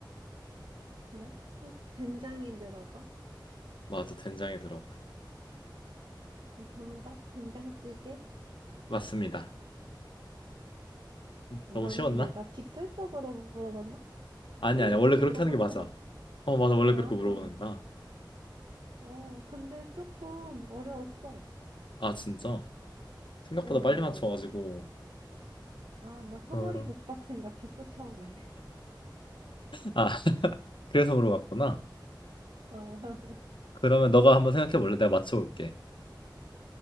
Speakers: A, on the right; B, on the left.
A: 그래? 어, 된장이 들어가?
B: 맞아, 된장이 들어가.
A: 정답 된장찌개?
B: 맞습니다.
A: 너무
B: 너무 쉬웠나?
A: 내가 직설적으로 물어봤나?
B: 아니
A: 원래
B: 아니야.
A: 이렇게
B: 원래 그렇게
A: 물어보는
B: 하는 게 맞아.
A: 거 맞지?
B: 어 맞아, 원래
A: 아,
B: 그렇게 물어보는 거야.
A: 어, 근데 조금 어려웠어.
B: 아 진짜? 생각보다
A: 어, 어,
B: 빨리 맞춰가지고.
A: 어. 아, 나 소머리
B: 그러.
A: 국밥 생각했어, 처음에. <laughs>
B: 아 그래서 물어봤구나.
A: 아,
B: 그러면 너가 한번 생각해 볼래? 내가 맞춰볼게.